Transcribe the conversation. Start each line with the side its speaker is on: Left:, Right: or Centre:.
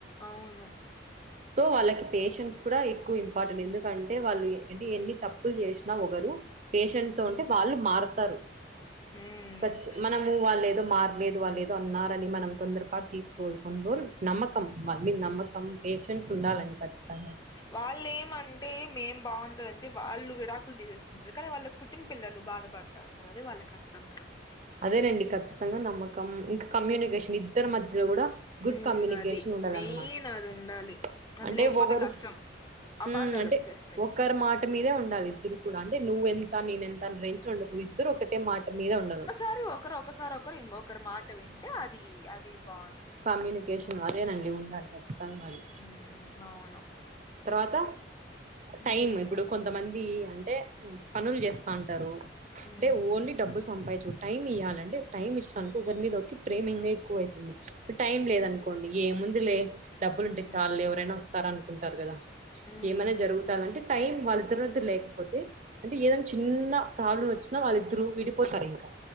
Left: అవును
Right: సో వాళ్ళకి పేషెంట్స్ కూడా ఎక్కువ ఇంపార్టెంట్ ఎందుకంటే వాళ్ళు అంటే ఎన్ని తప్పులు చేసినా ఒకరు పేషెంట్ తో ఉంటే వాళ్ళు మారతరు
Left: మ్మ్
Right: కచ్చి మనము వాళ్ళు ఏదో మారలేదు వాళ్ళు ఏదో అన్నారని మనం తొందర పాటు తీసుకోకుడడు కొన్ని రోజులు నమ్మకం మళ్ళీ నమ్మకం పేషెన్స్ ఉండాలండి ఖచ్చితంగా
Left: వాళ్ళ ఏమంటే మేం బాగుండాలండి వాళ్ళు విడాకులు తీసేసుకుంటారు కానీ వాళ్ళు పుట్టిన పిల్లలు బాధపడతారు కదా అది వాళ్ళకి అర్థం కాదు
Right: అదేనండి ఖచ్చితంగా నమ్మకం ఇంకా కమ్యూనికేషన్ ఇద్దరు మధ్యలో కూడా గుడ్
Left: ఉమ్
Right: కమ్యూనికేషన్
Left: అది
Right: ఉండాలన్నమాట
Left: మెయిన్ అది ఉండాలి
Right: <inaudible>
Left: అది
Right: అంటే
Left: లేకపోతే
Right: ఒకరు
Left: కష్టం అపార్థాలు
Right: ఉం అంటే
Left: వచ్చేస్తాయి
Right: ఒకరి మాట మీదే ఉండాలి ఇద్దరు కూడా అంటే నువ్వెంత నేనెంత రే డు ఇద్దరు ఒకటే మాట మీద ఉండల్ల
Left: మరి ఒకరు ఒకసారి ఒకరు ఇంకొకరు మాట వింటే అది అది బా
Right: కమ్యూనికేషన్ అదేనండి ఉండాలి ఖచ్చితంగా అది
Left: ఉ అవును
Right: తర్వాత
Left: ఉమ్
Right: టైమ్ ఇప్పుడు కొంతమంది అంటే పనులు చేస్తుంటారు
Left: ఉమ్
Right: టే ఓన్లీ డబ్బుల్ సంపా టైం ఇయ్యాలంటే టైం ఇచ్చినందుకు ఒకరి మీద ఒకరికి ప్రేమ ఇంకా ఎక్కువ అవుతుంది టైం లేదనుకోండి ఏముందిలే డబ్బులు ఉంటే
Left: ఉమ్
Right: చాలు ఎవరైనా వస్తారనుకుంటారు కదా
Left: ఉమ్ ఉమ్
Right: ఏమైనా జరుగు ట్టంటే టైం వాళ్ళిద్దరి మధ్య లేకపోతే అంటే ఏదైనా చిన్న ప్రాబ్లం వచ్చినా వాళ్ళిద్దరు విడిపోతారు ఇంకా